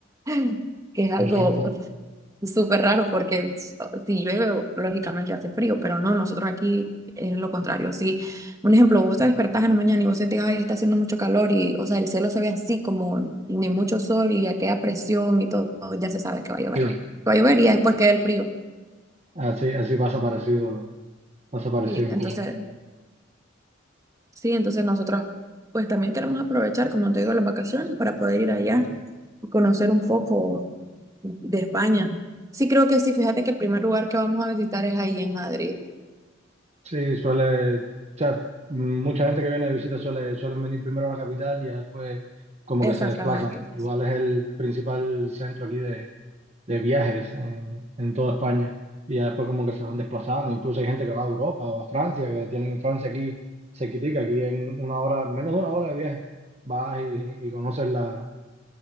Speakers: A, on the right; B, on the right.
A: <laughs> que es algo
B: No,
A: Súper raro porque so- si llueve, lógicamente hace frío, pero no, nosotros aquí es lo contrario. Si, un ejemplo, vos te despertás en la mañana y vos sentís, ay, está haciendo mucho calor y, o sea, el cielo se ve así como ni mucho sol y aquella presión y todo, ya se sabe que va a llover.
B: Sí,
A: Va a llover y ya después queda el frío.
B: así, así pasa parecido, pasa parecido
A: sí
B: en
A: entonces,
B: Cuba.
A: sí, entonces nosotros pues también queremos aprovechar, como te digo, las vacaciones para poder ir allá y conocer un poco de España. Sí, creo que sí, fíjate que el primer lugar que vamos a visitar es ahí en Madrid.
B: Sí, suele, o sea, mucha gente que viene de visita suele, suelen venir primero a la capital y ya después como
A: Exactamente.
B: que se desplazan.
A: Mm.
B: Igual es el principal centro aquí de, de viajes en, en toda España. Y ya después como que se van desplazando. Incluso hay gente que va a Europa o a Francia, que tienen Francia aquí cerquitica, aquí en una hora, menos de una hora de viaje. Vas y, y conoces la,